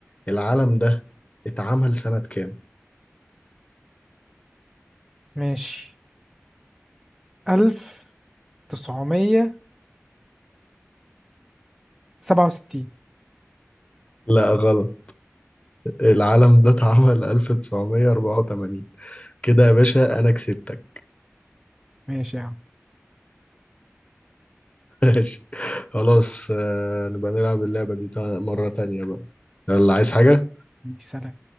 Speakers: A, on the left; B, in the centre.
A: العلم ده اتعمل سنة كام؟
B: ماشي ألف تسعمية سبعة وستين
A: لا غلط العلم ده اتعمل 1984 كده يا باشا انا كسبتك
B: ماشي يا عم
A: <laughs> ماشي خلاص آه، نبقى نلعب اللعبة دي تا- مرة تانية بقى يلا عايز حاجة؟
B: سلام